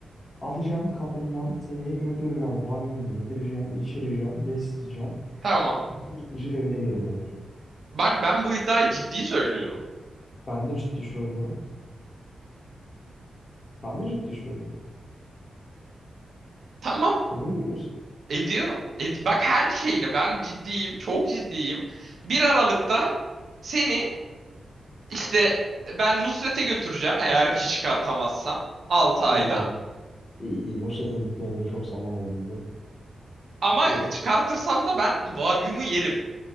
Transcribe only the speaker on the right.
Tamam.
Bak ben bu iddiayı ciddi söylüyorum.
Tamam.
Ediyorum. Et, bak her şeyini ben ciddiyim. Çok ciddiyim. Bir Aralık'ta seni işte ben Nusret'e götüreceğim. Eğer ki çıkartamazsa 6 ayda.
Ama
çıkartırsam da ben Wagyu'mu yerim.